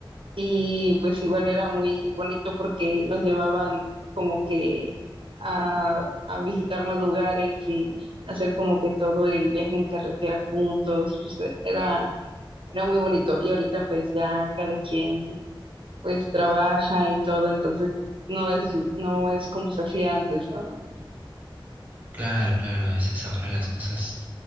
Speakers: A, on the right; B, on the right.
A: Y pues igual era muy bonito porque nos llevaban como que a, a visitar más lugares y hacer como que todo el viaje en carretera juntos. Pues era, era muy bonito. Y ahorita pues ya cada quien pues trabaja y todo, entonces no es, no es como se hacía antes, ¿no?
B: Claro, claro, a veces ahora las cosas,